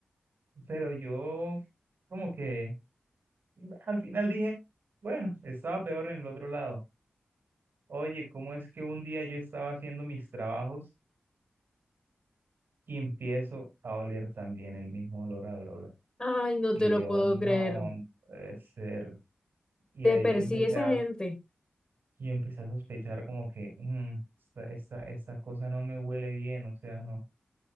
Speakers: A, on the right (about 85°); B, on the left (about 25°).
A: pero yo como que al final dije, bueno, estaba peor en el otro lado. Oye, ¿cómo es que un día yo estaba haciendo mis trabajos y empiezo a oler también el mismo olor a droga?
B: Ay, no
A: Y
B: te lo
A: yo,
B: puedo
A: no
B: creer.
A: puede ser. Y
B: Te
A: ahí
B: persigue
A: yo empecé
B: esa
A: a,
B: gente.
A: yo empecé a sospechar como que "Mm, esta, esta, esta cosa no me huele bien, o sea, no.